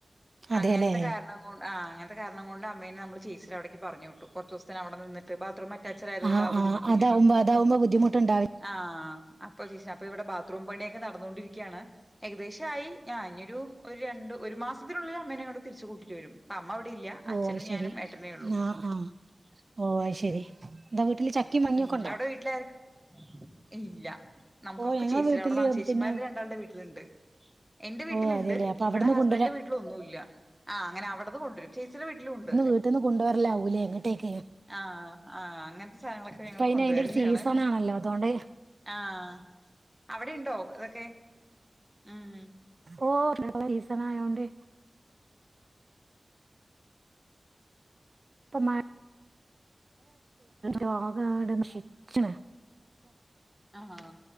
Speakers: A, on the right; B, in the centre.
A: അതെല്ലേ
B: അങ്ങൻത്തെ കാരണം കൊ ആ അങ്ങനത്തെ കാരണം കൊണ്ട് അമ്മേനെ നമ്മള് ചേച്ചിന്റെവിട പറഞ്ഞുട്ടു കൊർച്ചേസത്തിനവിടെ നിന്ന്ട്ട് ബാത്റൂം അറ്റാചച്ച്ഡായതുകൊണ്ട്
A: ആഹ്
B: ആ
A: ആഹ്
B: ബുദ്ധിമുട്ടില്ലല്ലോ
A: അതാവുമ്പോ അതാവുമ്പോ ബുദ്ധിമുട്ടുണ്ടാവില്ല
B: ആഹ അപ്പൊ ച അപ്പൊ ഇവിടെ ബാത്റൂം പണിയൊക്കെ നടന്നോണ്ടിരിക്കുകയാണ് ഏകദേശം ആയി ഞാ ഇനൊരു രണ്ട് ഒരു മാസത്തിനുള്ളിൽ അമ്മേനങ്ങോട്ട് തിരിച്ചു കൂട്ടിറ്റ് വെരും അമ്മ വിടെല്ല
A: ഓ
B: അച്ഛനും
A: അയ് ശരി
B: ഞാനും ഏട്ടനേള്ളൂ
A: ആഹ് ആഹ് ഓ അയ് ശരി എന്താ വീട്ടില് ചക്കിം മാങ്ങിയൊക്കെ
B: ഉം
A: ഉണ്ടോ
B: അവിടെ വീട്ടിലാര് ഇല്ല നമുക്കൊക്കെ
A: ഓ ഞങ്ങളെ
B: ചേച്ചിടെവിടെ
A: വീട്ടില്
B: ചേച്ചിമാരുടെ
A: പിന്നെ
B: രണ്ടാളുടെ വീട്ടിലുണ്ട് എന്റെ വീട്ടിലുണ്ട്
A: ഓ അതെല്ലേ അപ്പൊ
B: ഇവിടെ
A: അവിടുന്ന്
B: ഹസ്ബൻഡന്റെ
A: കൊണ്ടുവരാ
B: വീട്ടിലൊന്നുംല്ല ആ അങ്ങനെ അവിടുന്ന് കൊണ്ടുവരും ചേച്ചിയടെ വീട്ടിലുണ്ട്
A: വീട്ട്ന്ന് കൊണ്ടോരലാവൂലേ എങ്ങട്ടേക്കെ
B: ആഹ് ആഹ് അങ്ങൻത്തെ സാധനങ്ങങ്ങളൊക്കെ
A: അതിന്
B: കൊണ്ടുവരുന്നാണ്
A: അതിന്റെ ഒരു സീസൺ ആണല്ലോ അതുകൊണ്ട്
B: ആഹ അവിടെ ഇണ്ടോ ഇതൊക്കെ ഹഹ
A: ഓ നല്ല സീസണായോണ്ട് തമാ ലോകം അവിടെ നശിച്ചിന്നെ
B: ആഹ